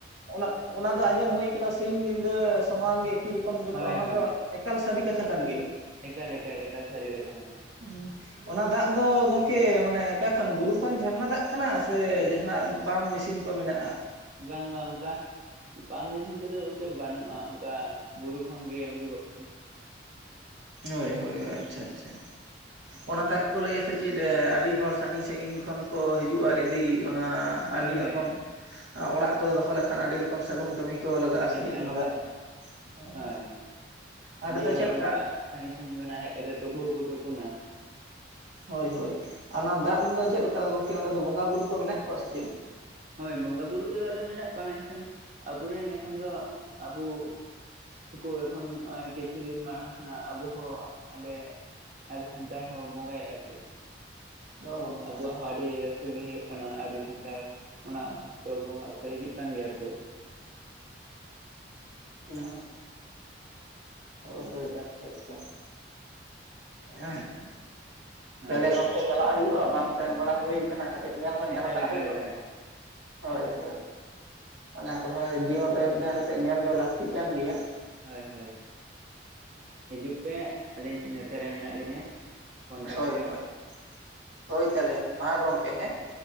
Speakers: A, on the right (about 75°); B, on the right (about 40°).
A: ᱚᱱᱟ ᱚᱱᱟ ᱫᱚ ᱟᱸᱡᱚᱢ ᱦᱩᱭ ᱟᱠᱟᱱᱟ ᱥᱤᱧ ᱧᱤᱫᱟᱹ ᱥᱚᱢᱟᱱ ᱜᱮ ᱮᱠᱤ ᱨᱚᱠᱚᱢ ᱡᱚᱨᱚᱜᱼᱟ
B: ᱦᱳᱭ
A: ᱚᱱᱟ
B: ᱦᱳᱭ
A: ᱫᱚ ᱮᱠᱟᱞ ᱥᱟᱹᱨᱤ ᱠᱟᱛᱷᱟ ᱠᱟᱱ ᱜᱮᱭᱟ᱾
B: ᱮᱠᱟᱞ ᱮᱠᱟᱞ ᱮᱠᱟᱞ ᱥᱟᱹᱨᱤ ᱠᱟᱛᱷᱟ ᱠᱟᱱᱟ᱾
A: <unintelligible> ᱚᱱᱟ ᱫᱟᱜ ᱫᱚ ᱜᱚᱝᱠᱮ ᱢᱟᱱᱮ ᱚᱠᱟ ᱠᱷᱚᱱ ᱵᱩᱨᱩ ᱠᱷᱚᱱ ᱡᱷᱟᱨᱱᱟ ᱫᱟᱜ ᱠᱟᱱᱟ ᱥᱮ ᱡᱟᱦᱟᱸᱱᱟᱜ ᱯᱟᱢᱯ ᱢᱮᱥᱤᱱ ᱠᱚ ᱢᱮᱱᱟᱜᱼᱟ᱾
B: ᱵᱟᱝ ᱵᱟᱝ ᱚᱱᱠᱟ ᱯᱟᱢᱯ ᱢᱮᱥᱤᱱ ᱠᱚᱫᱚ ᱜᱚᱝᱠᱮ ᱵᱟᱹᱱᱩᱜᱼᱟ ᱚᱱᱠᱟ ᱵᱩᱨᱩ ᱠᱷᱚᱱᱜᱮ ᱩᱰᱩᱜᱚᱜ
A: ᱦᱳᱭ ᱦᱳᱭ ᱟᱪᱪᱷᱟ ᱟᱪᱪᱷᱟ ᱚᱱᱟ
B: ᱦᱳᱭ
A: ᱫᱟᱜ ᱠᱚ ᱞᱟᱹᱭᱟ ᱥᱮ ᱪᱮᱫ ᱟᱹᱰᱤ ᱦᱚᱲ ᱥᱟᱺᱜᱤᱧ ᱥᱟᱺᱜᱤᱧ ᱠᱷᱚᱱ ᱠᱚ ᱦᱤᱡᱩᱜᱼᱟ ᱤᱫᱤ ᱚᱱᱟ
B: ᱦᱳᱭ
A: ᱟᱹᱰᱤ
B: ᱦᱳᱭ
A: ᱨᱚᱠᱚᱢ ᱚᱲᱟᱜ ᱠᱚᱨᱮ ᱫᱚᱦᱚ ᱞᱮᱠᱷᱟᱱ ᱟᱹᱰᱤ ᱨᱚᱠᱚᱢ ᱥᱟᱹᱜᱩᱱ ᱠᱟᱹᱢᱤ ᱠᱚ ᱞᱟᱜᱟᱜᱼᱟ ᱥᱮ
B: ᱮᱠᱟᱞ
A: ᱪᱮᱫ ᱚᱱᱟ
B: ᱮᱠᱟᱞ
A: ᱫᱟᱜ ᱦᱮᱸ
B: ᱦᱳᱭ
A: ᱟᱨ
B: ᱟᱹᱰᱤ
A: ᱱᱚᱛᱮ
B: ᱦᱚᱲ
A: ᱪᱮᱫ ᱞᱮᱠᱟ
B: ᱚᱱᱠᱟ ᱥᱟᱺᱜᱤᱧ ᱥᱟᱺᱜᱤᱧ ᱠᱷᱚᱱ ᱦᱮᱡ ᱠᱟᱛᱮᱜ ᱛᱩᱯᱩ ᱦᱚᱸᱠᱚ ᱛᱩᱯᱩᱱᱟ᱾
A: ᱦᱳᱭ ᱦᱳᱭ ᱚᱱᱟ ᱫᱟᱜ ᱨᱮᱱ ᱫᱚ ᱪᱮᱫᱞᱮᱠᱟ ᱜᱚᱝᱠᱮ ᱚᱸᱰᱮ ᱫᱚ ᱵᱚᱸᱜᱟ ᱵᱩᱨᱩ ᱠᱚ ᱢᱮᱱᱟᱜ ᱠᱚᱣᱟ ᱥᱮ ᱪᱮᱫ?
B: ᱦᱚᱭ ᱵᱚᱸᱜᱟ ᱵᱩᱨᱩ ᱠᱚᱫᱚ ᱟᱫᱚ ᱢᱮᱱᱟᱜ ᱠᱚᱣᱟ ᱢᱮᱱᱠᱷᱟᱱ ᱟᱵᱚᱨᱮᱱ ᱮᱠᱷᱟᱱ ᱫᱚ ᱟᱵᱚ ᱱᱩᱠᱩ ᱮᱠᱷᱚᱱ ᱱᱚᱜ ᱠᱤᱪᱷᱩ ᱫᱤᱱ ᱢᱟᱲᱟᱝ ᱠᱷᱚᱱᱟᱜ ᱟᱵᱚ ᱦᱚᱸ ᱚᱸᱰᱮ ᱟᱫᱚ ᱥᱟᱱᱛᱟᱲ ᱦᱚᱸ ᱵᱚᱸᱜᱟᱭᱮᱫᱼᱟ ᱠᱚ
A: ᱚ
B: ᱟᱵᱚᱣᱟᱜ
A: ᱟᱪᱪᱷᱟ
B: ᱦᱚᱸ ᱟᱹᱰᱤ ᱨᱟᱹᱥᱠᱟᱹ ᱜᱮ ᱦᱩᱭᱩᱜ ᱠᱟᱱᱟ ᱟᱹᱰᱤ ᱥᱟᱱᱛᱟᱲ ᱚᱱᱟ ᱚᱠᱛᱚ ᱵᱚᱸᱜᱟ ᱚᱠᱛᱚ ᱦᱤᱡᱩᱜ ᱠᱟᱱ ᱜᱮᱭᱟ ᱠᱚ
A: ᱦᱚᱸ ᱚ
B: ᱦᱳᱭ
A: ᱦᱚᱭ ᱟᱪᱪᱷᱟ ᱼ ᱟᱪᱪᱷᱟ ᱦᱮᱸ ᱛᱟᱦᱚᱞᱮ
B: ᱦᱳᱭ ᱦᱳᱭ
A: ᱜᱚᱝᱠᱮ ᱪᱟᱞᱟᱜ ᱦᱩᱭᱩᱜᱼᱟ ᱵᱟᱝ ᱥᱮᱱ ᱵᱟᱲᱟ ᱦᱩᱭ ᱟᱠᱟᱱᱟ ᱠᱟᱹᱴᱤᱡ ᱧᱮᱞ ᱦᱚᱸ ᱧᱮᱞ
B: ᱮᱠᱟᱞ
A: ᱠᱟᱜ
B: ᱮᱠᱟᱞ
A: ᱦᱩᱭᱩᱜᱼᱟ
B: ᱮᱠᱟᱞ
A: ᱦᱳᱭ
B: ᱮᱠᱟᱞ
A: ᱦᱳᱭ ᱚᱱᱟ ᱠᱚᱦᱚᱸᱭ ᱡᱤᱭᱚᱱ ᱨᱮ ᱢᱤᱫ ᱫᱷᱟᱣ ᱠᱟᱛᱮ ᱧᱮᱞ ᱫᱚ ᱞᱟᱹᱠᱛᱤ ᱠᱟᱱ ᱜᱮᱭᱟ᱾
B: ᱦᱳᱭ ᱦᱳᱭ ᱦᱤᱡᱩᱜ ᱯᱮ ᱟᱹᱞᱤᱧ ᱱᱚᱛᱮ ᱨᱮ ᱢᱮᱱᱟᱜ ᱞᱤᱧᱟᱹ᱾ ᱠᱚᱱᱴᱟᱠᱴ
A: ᱦᱳᱭ
B: ᱯᱮ
A: ᱦᱳᱭ ᱦᱳᱭ ᱛᱟᱦᱚᱞᱮ ᱢᱟ ᱜᱚᱢᱠᱮ ᱦᱮᱸ